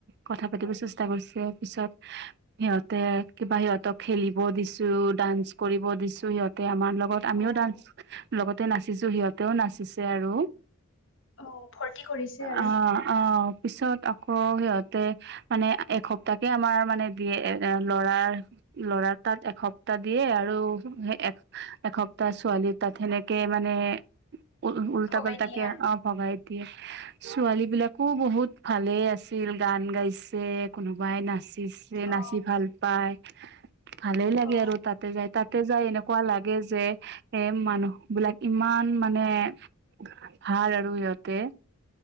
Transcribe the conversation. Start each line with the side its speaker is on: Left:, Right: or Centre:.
Right: কথা পাতিব
Left: অ',
Right: চেষ্টা কৰিছে। পিছত সিহঁতে কিবা সিহঁতক খেলিব দিছো, ডান্স কৰিব দিছো সিহঁতে আমাৰ লগত আমিও
Left: অ'।
Right: ডান্স লগতে নাচিছো, সিহঁতেও নাচিছে আৰু।
Left: অহ, ফূৰ্তি কৰিছে। আৰু
Right: অহ - অহ অ' পিছত আকৌ সিহঁতে মানে এসপ্তাহাকে আমাৰ মানে বি এ ল'ৰাৰ ল'ৰা তাত এসপ্তাহ দিয়ে আৰু এক এসপ্তাহ ছোৱালী তাত সেনেকে মানে। উ উল্টা
Left: ভগাই
Right: পাল্টাকে
Left: দিয়ে আৰু
Right: অ ভবাই দিয়ে ছোৱালী বিলাকো বহুত ভালে আছে। আছিল গান গাইছে, কোনোবাই নাচিছে নাচি
Left: অ
Right: ভাল পায়। ভালেই লাগে
Left: অ
Right: আৰু তাতে যাই তাতে যাই এনেকুৱা লাগে যে এ মানুহ বিলাক ইমান <unintelligible> মানে ভাল আৰু সিহঁতে।